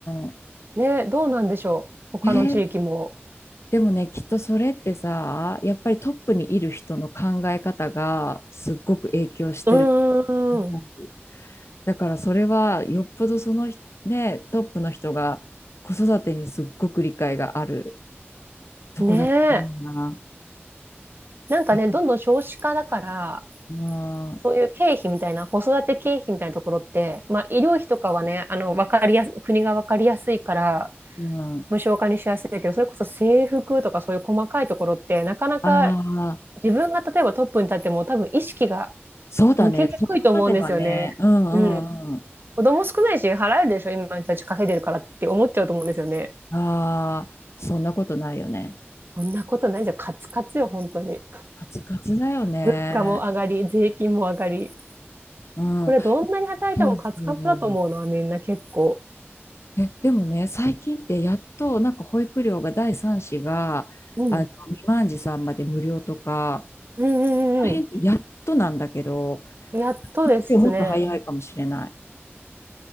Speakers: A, on the left; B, on the right.
A: ん。
B: ね、どうなんでしょう。他の地域も。
A: えーでもね、きっとそれってさ、やっぱりトップにいる人の考え方がすっごく影響してると
B: うーん。
A: 思う。だからそれはよっぽどその人、ね、トップの人が子育てにすっごく理解があるとこだと思うな。
B: ねえ。なんかね、
A: へえ
B: どんどん少子化だから、
A: うん、
B: そういう経費みたいな、子育て経費みたいなところって、まあ、医療費とかはね、あの、わかりやす、国がわかりやすいから、
A: うん。
B: 無償化にしやすいけど、それこそ制服とかそういう細かいところって、なかなか
A: ああ、
B: 自分が例えばトップに立っても、多分意識が
A: そうだね。
B: 向きにくいと思うんですよね。
A: そこまではね。うんうんうん。
B: うん。子供少ないし、払えるでしょ、今の人たち稼いでるからって思っちゃうと思うんですよね。
A: ああ、そんなことないよね。
B: そんなことないじゃん、カツカツよ、本当に。
A: カツカツだよね。
B: 物価も上がり、税金も上がり。
A: うん。
B: これどんなに働いてもカツカツだと思うのはみんな結構。
A: そうそう。え、でもね、最近ってやっとなんか保育料が第三子があの未満児さんまで無料とか、
B: うんうんうんうんう
A: あの辺ってやっとなんだけど、
B: ん。やっとですね。
A: 東京もっと早いかもしれない、